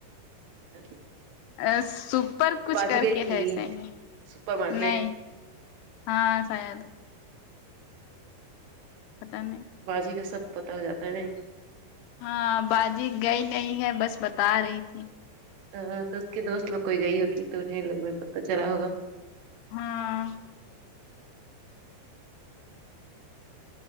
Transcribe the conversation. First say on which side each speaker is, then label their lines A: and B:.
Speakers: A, on the right (about 80°); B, on the left (about 80°).
A: تو
B: ا سپر کچھ
A: باجی
B: کر
A: گئی
B: کے
A: تھی
B: ہے سہی
A: سپر مارکیٹ
B: نہیں ہاں شاید پتا میں
A: باجی کا سب پتا ہو جاتا ہے نہیں
B: ہاں باجی گئی نہیں ہے بس بتا رہی تھی
A: ا تو اس کے دوست لوگ کوئی گئی ہوگی تو انہیں لوگ پتہ چلا ہوگا
B: ہاں ای